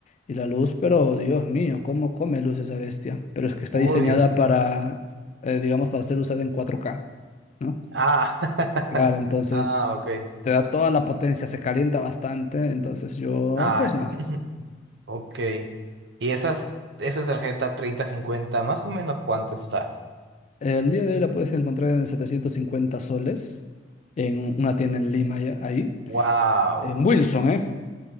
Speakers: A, on the left; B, on the right.
A: y la luz, pero Dios mío, ¿cómo come luz esa bestia? Pero es que está
B: Uy.
A: diseñada para, eh, digamos, para ser usada en cuatro k ¿no?
B: Ah, <laughs>
A: Claro, entonces
B: ah, ok.
A: te da toda la potencia, se calienta bastante, entonces yo,
B: Ah,
A: pues no.
B: <laughs> ok. Y esas, esa tarjeta treinta, cincuenta, más o menos cuánto está.
A: El día de hoy la puedes encontrar en 750 soles, en una tienda en Lima, ya- ahí,
B: Wow,
A: en Wilson, ¿eh?